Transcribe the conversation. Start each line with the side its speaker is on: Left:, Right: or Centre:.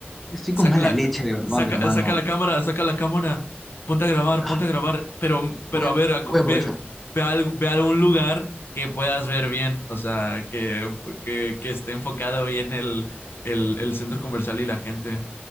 Centre: estoy
Left: Saca
Centre: con mala
Left: la,
Centre: leche, de verdad,
Left: saca,
Centre: hermano.
Left: saca la cámara, saca la cámara, ponte a grabar,
Centre: Ah,
Left: ponte a grabar, pero, pero
Centre: Voy a,
Left: a ver, a-
Centre: voy
Left: ve,
Centre: a aprovechar.
Left: ve, a, al- ve a algún lugar que puedas ver bien, o sea, que, que, que esté enfocado bien el, el, el centro comercial y la gente.